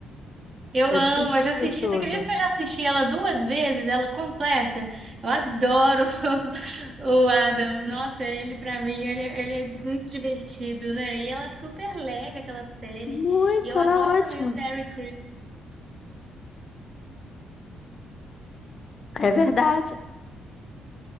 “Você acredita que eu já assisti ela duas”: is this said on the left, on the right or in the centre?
Right